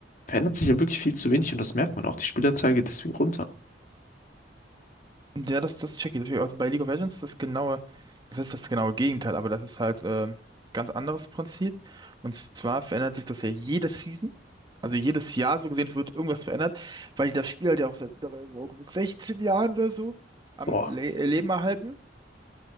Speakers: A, on the left (about 45°); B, on the right (about 25°).
A: verändert sich ja wirklich viel zu wenig und das merkt man auch. Die Spielerzahl geht deswegen runter.
B: Ja, das, das check ich. Deswegen, also bei League of Legends ist das genaue, das ist das genaue Gegenteil, aber das ist halt ähm, ganz anderes Prinzip. Und zwar verändert sich das ja jede Season. Also jedes Jahr so gesehen wird irgendwas verändert, weil die das Spiel halt ja auch seit dabei auch mit 16 Jahren oder so am
A: Boah,
B: Le äh, Leben erhalten.